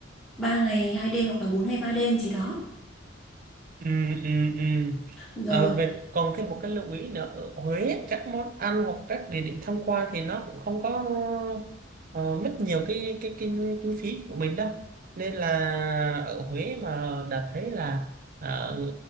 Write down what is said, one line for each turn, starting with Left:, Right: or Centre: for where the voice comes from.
Centre: 3 ngày hai đêm hoặc là 4 ngày ba đêm gì đó.
Right: Ừ, ừ, ừ.
Centre: Rồi,
Right: Ờ, về, còn thêm một cái lưu ý nữa ở Huế các món ăn hoặc các địa điểm tham quan thì nó cũng không có ờ, mất nhiều cái cái kinh kinh phí của mình đâu nên là ở Huế mà đã thấy là ờ,